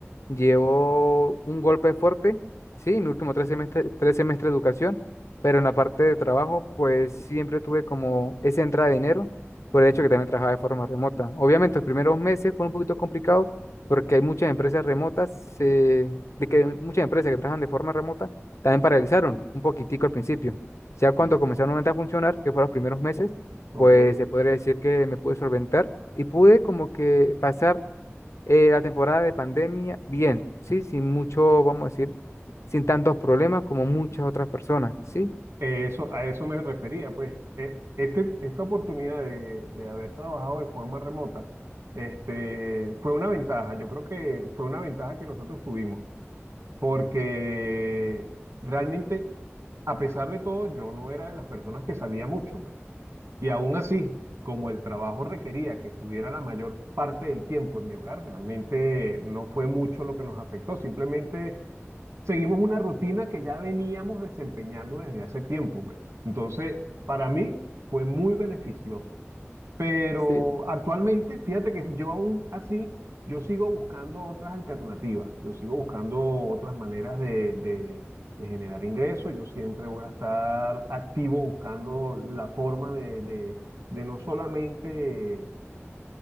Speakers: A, on the left; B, on the right.
A: Llevo un golpe fuerte, sí, mi último tres semestre, tres semestre de educación, pero en la parte de trabajo, pues siempre tuve como esa entrada de dinero por el hecho que también trabajaba de forma remota. Obviamente, los primeros meses fueron un poquito complicados porque hay muchas empresas remotas, eh, de que muchas empresas que trabajan de forma remota también paralizaron un poquitico al principio. Ya
B: Sí,
A: cuando comenzaron nuevamente a funcionar, que fueron los primeros meses,
B: ok.
A: pues se podría decir que me pude solventar y pude como que pasar eh, la temporada de pandemia, bien, sí, sin mucho, vamos a decir, sin tantos problemas como muchas otras personas, sí,
B: Eh, Eso, a eso me refería, pues eh, este, esta oportunidad de, de haber trabajado de forma remota este, fue una ventaja, yo creo que fue una ventaja que nosotros tuvimos, porque realmente, a pesar de todo, yo no era de las personas que salía mucho, pues. Y aún así, como el trabajo requería que estuviera la mayor parte del tiempo en mi hogar, realmente no fue mucho lo que nos afectó, simplemente seguimos una rutina que ya veníamos desempeñando desde hace tiempo, pues. Entonces, para mí fue muy beneficioso. Pero
A: sí,
B: actualmente, fíjate que yo aún así, yo sigo buscando otras alternativas, yo sigo buscando otras maneras de, de- de generar ingresos, yo siempre voy a estar activo buscando la forma de, de- de no solamente